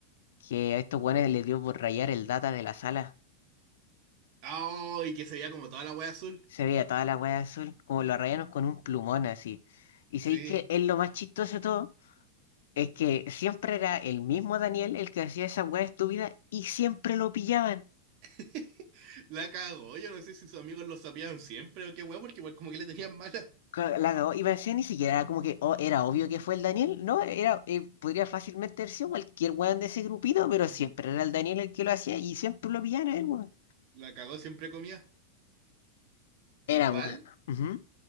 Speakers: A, on the left (about 70°); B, on the right (about 55°).
A: Que a estos weones les dio por rayar el data de la sala.
B: Ah, y que se veía como toda la wea azul.
A: Se veía toda la weá azul, como lo rayaron con un plumón así. Y
B: Sí.
A: sé que es lo más chistoso de todo. Es que siempre era el mismo Daniel el que hacía esa weá estúpida y siempre lo pillaban.
B: <laughs> La cagó. Yo no sé si sus amigos lo sabían siempre o qué wea, porque igual como que le tenían mala.
A: Ca- La cagó. Y parecía ni siquiera era como que oh, era obvio que fue el Daniel. No, era, eh, podría fácilmente haber sido cualquier weón de ese grupito, pero
B: Ujú.
A: siempre era el Daniel el que lo hacía y siempre lo pillaban a él, weón.
B: La cagó, siempre comía.
A: Era
B: Igual,
A: moreno. Ujú.